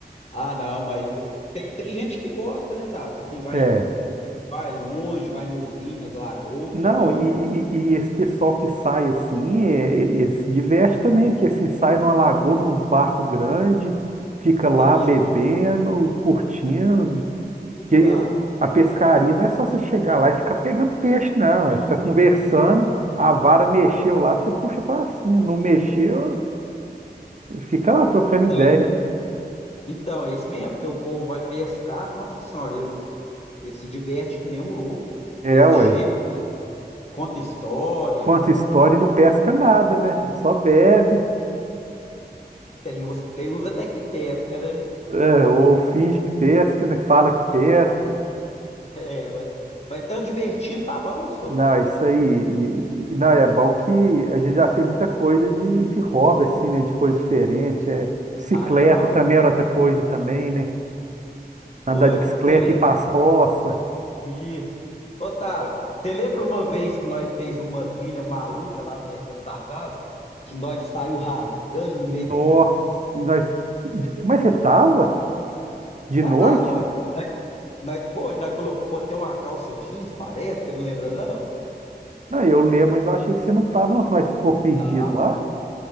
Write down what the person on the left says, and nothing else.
Ah, não, mas tem, tem gente que gosta, né, Tarso? Assim, vai,
vai longe, vai nos rios, nas lagoas,
pra...
Então,
e
eu digo,
então,
é,
então,
Então, é isso mesmo, porque o povo vai pescar, nossa senhora, eles, eles se divertem que nem um louco.
Eles
chegam, con- conta história.
Tem uns, tem uns até que pesca, né? <laughs>
É, mas, mas tão divertindo, tá bom, só.
Ah, já, ué.
Oi,
e você lembra?
Isso. Ô, Tala, você lembra uma vez que nós fez uma trilha maluca lá perto da sua casa? Que nós saiu rasgando no
meio do. <laughs>
Ah,
vai. Nós, nós, foi, nós colocou até uma calça jeans, parece, você não lembra, não?
Tá,